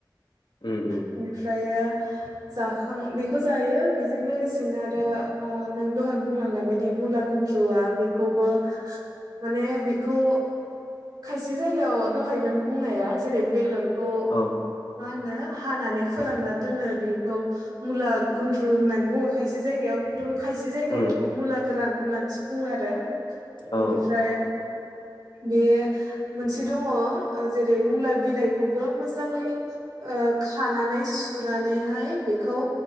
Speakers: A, on the left; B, on the right.
A: उम उम
B: बेनिफ्रायो जाखां बेखौ जायो बेजों लोगोसेनो आरो नों दहाय बुंलांनाय बायदि मुला गुन्द्रुवआ बेखौबो माने बिखौ खायसे जायगायाव दहाय नों बुंनाया जेरै बेदर खौ
A: औ
B: मा होनो हानानै फोरानना दोनो बेखौ मुला गुन्द्रु होननानै बुङो खायसे जायगायाव खिन्थु खायसे जायगायाव
A: उम
B: बेखौ मुला गोरान होननानैसो बुङो आरो
A: औ
B: बिनिफ्राय बे मोनसे दङ जेरै मुला बिलाइखौबो मोजाङै ओ खानानै सुनानैहाय बेखौ